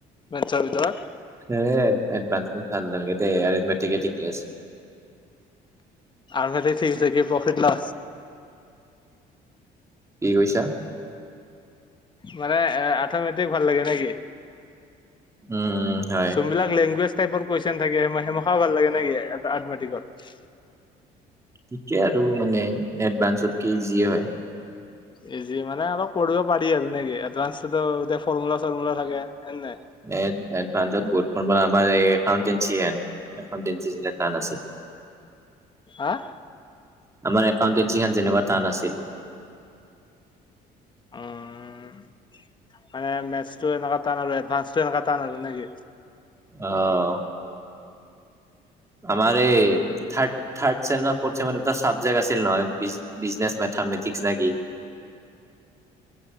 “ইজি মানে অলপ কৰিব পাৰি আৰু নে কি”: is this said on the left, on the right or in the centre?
Left